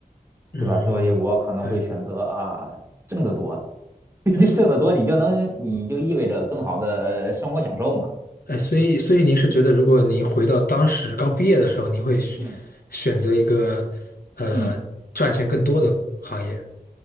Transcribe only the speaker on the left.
嗯对，
所
哎，所以所以您是觉得，如果您回到当时刚毕业的时候，您会选
选择一个呃赚钱更多的行业？